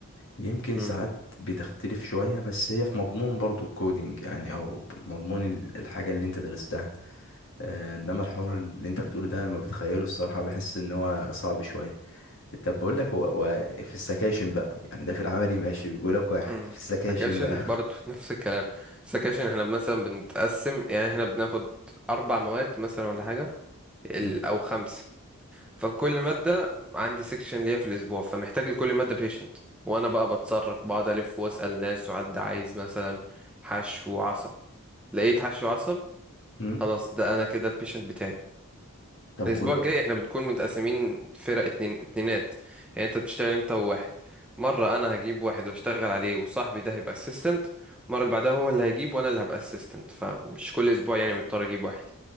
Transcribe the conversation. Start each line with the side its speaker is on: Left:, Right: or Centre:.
Left: يمكن
Centre: مم،
Left: ساعات بتختلف شويه بس هي في مضمون برضو الكودينج يعني او ب- مضمون ال- الحاجه اللي انت درستها آه، انما الحوار اللي انت بتقوله ده لما بتخيله الصراحه بحس ان هو صعب شويه طب بقول لك هو هو في السكاشن بقى يعني ده في العملي ماشي بيقول لك واحد
Centre: مم.
Left: في السكاشن
Centre: سكاشن
Left: بقى
Centre: برضو <laughs> نفس الكلام سكاشن احنا مثلا بنتقسم يعني احنا بناخد أربع مواد مثلا ولا حاجة ال-
Left: <laughs>
Centre: أو خمس فكل مادة عندي سيكشن ليا في الأسبوع فمحتاج لكل مادة بيشنت وأنا بقى بتصرف بقعد ألف وأسأل ناس وحد عايز مثلا حشو وعصب لقيت حشو وعصب
Left: م- م.
Centre: خلاص ده أنا كده البيشنت بتاعي
Left: طب
Centre: الأسبوع
Left: وكله
Centre: الجاي احنا بنكون متقسمين فرق اتنين اتنينات يعني انت بتشتغل انت وواحد مرة أنا هجيب واحد واشتغل عليه وصاحبي ده هيبقى اسيستنت المرة اللي بعدها هو اللي هيجيب وأنا اللي هبقى اسيستنت فمش كل أسبوع يعني مضطر أجيب واحد